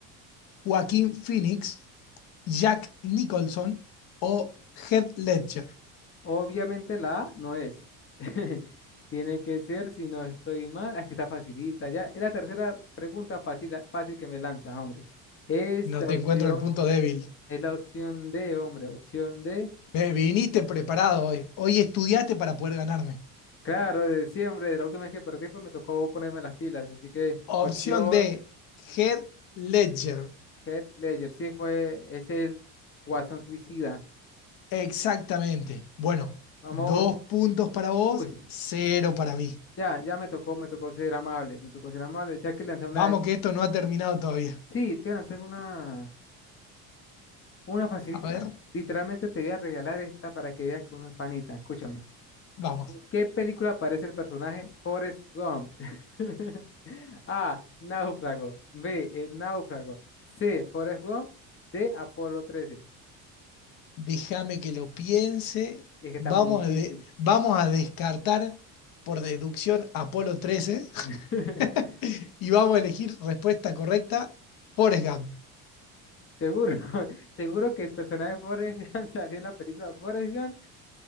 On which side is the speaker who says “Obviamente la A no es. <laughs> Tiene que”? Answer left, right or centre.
Left